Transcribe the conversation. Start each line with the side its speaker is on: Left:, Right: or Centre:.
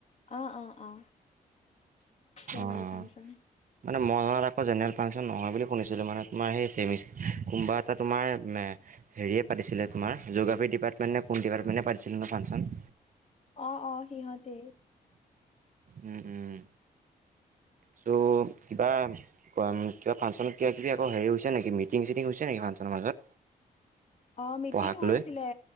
Left: অ, অ, অ, জেনেৰেল
Right: অ'।
Left: ফচোন।
Right: মানে মইত আকৌ জেনেৰেল ফাংচন নহয় বুলি শুনিছিলোঁ, মানে তোমাৰ সেই চেমিষ্টাৰ কোনোবা এটা তোমাৰ হেৰীয়ে পাতিছিলে তোমাৰ, জীয়গ্ৰফি ডিপাৰ্টমেণ্ট নে কোন ডিাৰ্টমেণ্টে পাতিছিল ন ফাংচন
Left: অ, অ, সিহঁতে।
Right: উম, উম, ত' কিবা ক কিবা ফাংচনত কিবা কিবি আকৌ হেৰি হৈছে নেকি মি চিটিং চিটিং হৈছে নেকি? ফাংচনৰ মাজত
Left: অ, মিটিং
Right: পঢ়াক
Left: হৈছিলে
Right: লৈ